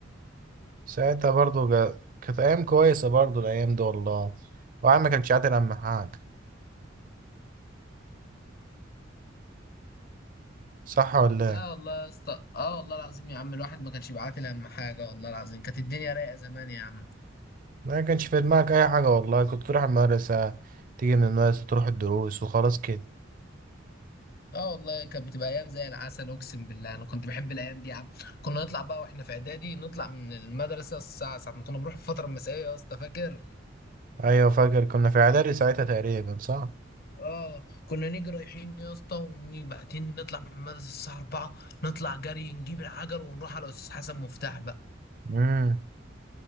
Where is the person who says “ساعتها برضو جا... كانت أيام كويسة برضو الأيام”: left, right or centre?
Right